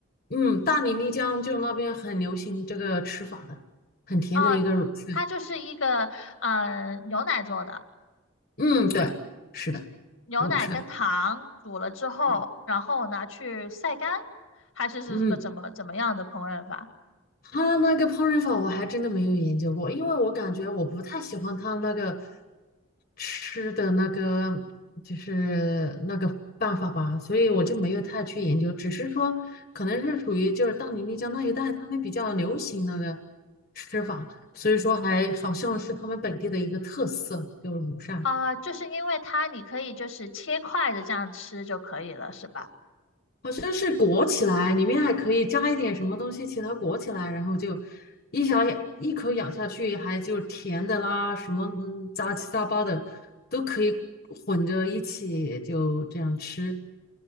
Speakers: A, on the left; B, on the left.
A: 嗯，大理、丽江就那边很流行这个吃法的，很甜的一个乳扇。
B: 哦，它就是一个嗯、呃牛奶做的。
A: 嗯，对，是的，
B: 牛奶跟糖煮了之后，
A: 乳扇。对，
B: 然后拿去晒干，还是是个怎么怎么样的烹饪法
A: 嗯他那个烹饪法我还真的没有研究过，因为我感觉我不太喜欢他那个吃的那个就是那个办法吧，所以我就没有太去研究，只是说可能是属于就是大理丽江那一带他们比较流行那个吃法，所以说还好像是他们本地的一个特色，就是乳扇。
B: 啊？就是因为它你可以就是切块的这样吃就可以了，是吧？
A: 好像是裹起来，里面还可以加一点什么东西，其他裹起来，然后就一小一口咬下去，还就甜的啦，什么嗯杂七杂八的都可以混着一起就这样吃。